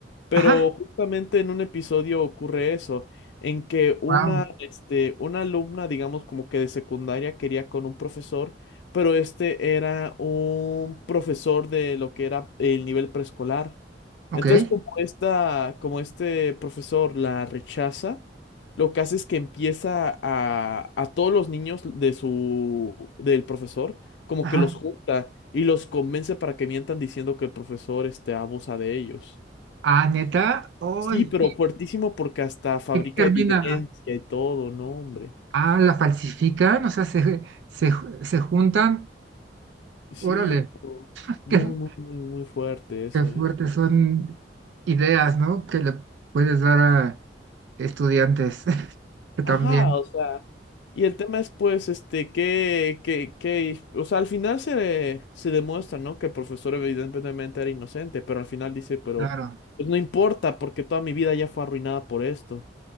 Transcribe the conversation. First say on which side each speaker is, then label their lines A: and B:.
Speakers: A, on the left; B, on the right.
A: Pero
B: Ajá,
A: justamente en un episodio ocurre eso, en que una,
B: wow,
A: este, una alumna, digamos como que de secundaria, quería con un profesor, pero este era un profesor de lo que era el nivel preescolar.
B: ok.
A: Entonces, como esta, como este profesor la rechaza, lo que hace es que empieza a, a todos los niños de su, del profesor, como
B: Ajá.
A: que los junta y los convence para que mientan diciendo que el profesor, este, abusa de ellos.
B: Ah, neta. Ay,
A: Sí, pero fuertísimo porque hasta fabrica
B: ¿En qué termina?
A: evidencia y todo, no, hombre.
B: Ah, la falsifican, o sea, se, se, se juntan.
A: Sí,
B: Órale,
A: o- muy,
B: qué,
A: muy, muy, muy fuerte eso,
B: qué fuertes
A: ¿eh?
B: son ideas, ¿no? Que le puedes dar a estudiantes <laughs> que también,
A: Ajá, o sea, y el tema es pues, este, que, que, que, o sea, al final se, se demuestra, ¿no? Que el profesor evidentemente era inocente, pero al final dice, pero,
B: claro.
A: pues no importa porque toda mi vida ya fue arruinada por esto.